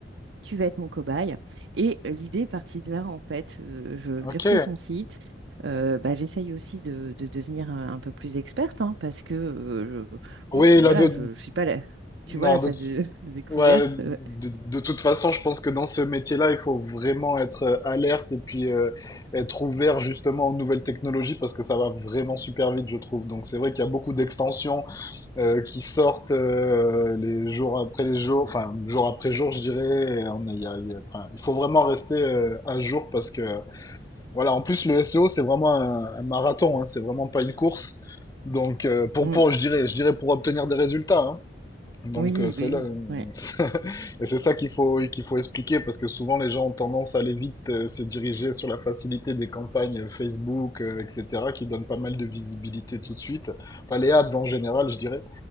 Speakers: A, on the right; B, on the left.
A: tu vas être mon cobaye. Et euh, l'idée est partie de là, en fait. Euh, je lui
B: ok.
A: refais son site. Euh, bah, j'essaye aussi de, de devenir un, un peu plus experte, hein, parce que euh, je,
B: Oui,
A: on- voilà,
B: là, de...
A: je, je suis pas là. Tu
B: Non,
A: vois la
B: de...
A: phase de, <laughs> de découverte.
B: Ouais, de,
A: euh,
B: de toute façon, je pense que dans ce métier-là, il faut vraiment être euh, alerte et puis euh, être ouvert justement aux nouvelles technologies parce que ça va vraiment super vite, je trouve. Donc c'est vrai qu'il y a beaucoup d'extensions euh, qui sortent euh, les jours après les jours, enfin jour après jour, je dirais. Et On a- il y a- il y a- enfin, il faut vraiment rester euh, à jour parce que Voilà, en plus, le SEO, c'est vraiment un, un marathon, hein, c'est vraiment pas une course. Donc, euh, pour,
A: mm.
B: pour, je dirais, je dirais pour obtenir des résultats. hein. Donc,
A: Oui,
B: euh, c'est
A: bah oui,
B: là, euh,
A: ouais.
B: <laughs> et c'est ça qu'il faut, qu'il faut expliquer parce que souvent les gens ont tendance à aller vite euh, se diriger sur la facilité des campagnes euh, Facebook, euh, etc., qui donnent pas mal de visibilité tout de suite. Enfin, les ads en général, je dirais